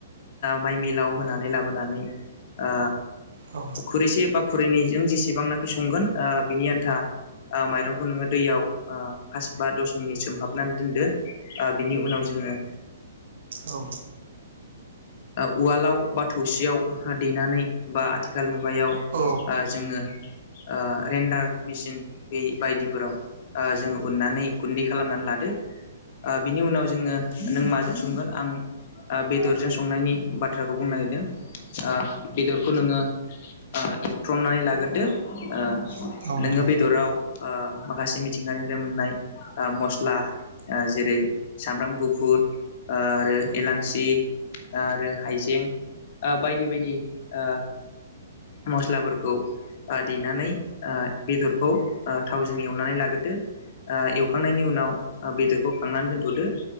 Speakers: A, on the left; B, on the right.
A: माइ मिलाव होनानै लाबोनानै ओ
B: औ नोंथां औ नोंथां औ
A: खुरैसे बा खुरैनैजों जेसेबांनाखि संगोन ओ बिनि आन्था ओ माइरंखौ नोङो दैयाव ओ फास बा दस मिनिट सोमहाबनानै दोनदो ओ बिनि उनाव जों जोङो
B: औ
A: औ उवालाव बा थौसियाव देनानै बा आथिखाल मुगायाव
B: औ नोंथां औ नोंथां औ
A: ओ जोङो ओ रेन्डार मेसिन बे बायदिफोराव ओ जोङो उननानै गुन्दै खालामनानै लादो ओ बिनि उनाव जोङो नों माजों संगोन आं आ बेदरजों संनायनि बाथ्राखौ बुंनो नागिरदों आ बेदरखौ नोङो एवथ्रमनानै लाग्रोदो आ
B: खोनादों
A: नोङो बेदराव आ माखासे मिथिंगानिफ्राय मोननाय आ मस्ला जेरै सामब्राम गुफुर आरो एलांसि आरो हायजें ओ बायदि बायदि ओ मस्लाफोरखौ ओ देनानै बेदरखौ ओ थावजों एवनानै लाग्रोदो ओ एवखांनायनि उनाव बेदरखौ खांनानै दोनथ'दो